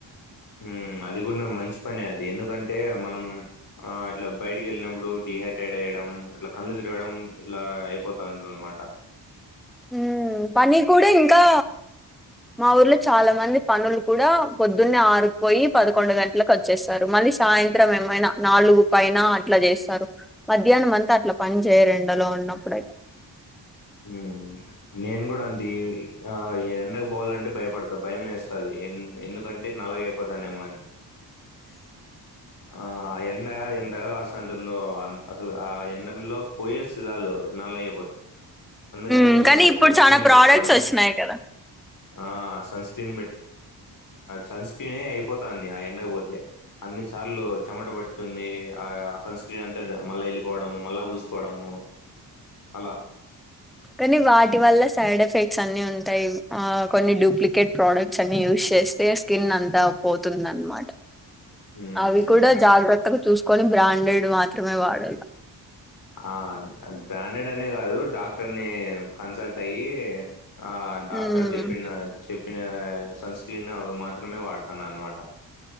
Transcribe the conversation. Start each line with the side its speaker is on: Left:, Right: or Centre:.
Left: ఉమ్మ్ అది కుడ్న మంచిపనే అది ఎందుకంటే మనం ఆ ఇట్లా బయటికి ఎళ్ళినప్పుడు డిహైడ్రేట్ అయడం ఇట్లా కళ్లు తిరగడం ఇలా అయిపోతుంటది అనమాట
Centre: ఉమ్మ్ పని కూడా ఇంకా మా ఊర్లో చాలా మంది పనులు కూడా పొద్దున్నే ఆరుకు పోయి పదకొండు గంటలకు వచ్చేస్తారు మళ్ళీ సాయంత్రం ఏ మైన నాలుగు పైన అట్లా చేస్తారు మధ్యాహ్నం అంతా అట్లా పని చేయరు ఎండలో ఉన్నప్పుడైతే
Left: ఉమ్మ్ నేను కూడా అంతే ఆ ఎండకు పోవాలంటే భయపడతా భయమేస్తాది ఎం ఎందుకంటే నల్లగాయిపోతానేమో అని ఆ ఆ ఎండ ఎంతగా కాస్తా ఉంటుందో అసలు ఆ ఎండ లో పోయివస్తే చాలు నల్లగైపోతాం. అందుకనే
Centre: ఉమ్
Left: మేము
Centre: కానీ ఇప్పుడు
Left: సన్ స్క్రీన్
Centre: చాలా ప్రోడక్ట్స్
Left: పెట్టుకోవడం
Centre: వచ్చినాయి కదా
Left: ఆ సన్ స్క్రీన్ సన్ స్క్రీనే అయిపోతాంది ఎండకి పోతే దార్లో చెమట పడుతుంది. ఆ సన్ స్క్రీన్ అంతా మళ్ళా వెళ్ళిపోవడము మళ్ళా పూసుకోవడము. అలా
Centre: కానీ వాటి వల్ల సైడ్ ఎఫెక్ట్స్ అన్నీ ఉంటాయి. ఆ కొన్ని డూప్లికేట్ ప్రోడక్ట్స్ అన్ని యూస్ చేస్తే స్కిన్ అంతా పోతుందన్నమాట
Left: ఉమ్,
Centre: అవి కూడా జాగ్రత్తగా చూసుకొని బ్రాండెడ్ మాత్రమే వాడాల.
Left: ఆ బ్రాండెడ్ అనే కాదు, డాక్టర్ ని కన్సల్ట్ అయ్యి ఆ డాక్టర్
Centre: ఉమ్
Left: చెప్పిన చెప్పిన సన్ స్క్రీన్ అవి మాత్రమే మాత్రమే వాడుతాను అన్నమాట.